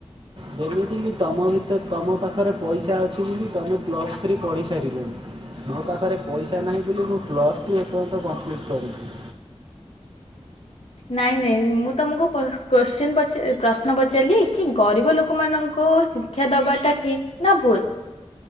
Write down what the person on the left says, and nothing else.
ନାଇଁ ନାଇଁ ମୁଁ ତମକୁ ପ କୋଶ୍ଚିନ ପ ପ୍ରଶ୍ନ ପଚାରିଲି କି ଗରିବ ଲୋକମାନଙ୍କୁ ଶିକ୍ଷା ଦବାଟା ଠିକ ନା ଭୁଲ।